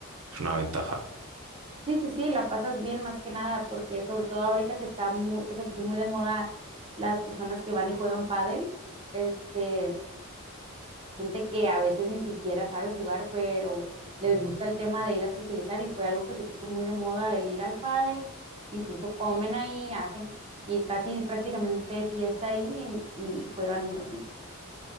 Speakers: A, on the right (about 65°); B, on the right (about 25°).
A: es una ventaja.
B: Sí, sí, sí, la pasas bien más que nada, porque sobre todo ahorita que está muy, que se puso muy de moda las personas que van y juegan pádel, este gente que a veces ni siquiera sabe jugar, pero les gusta el tema de ir a socializar y fue algo que se puso muy de moda el ir al pádel, incluso comen ahí, hacen y casi prácticamente fiesta ahí y, y juegan un ratito.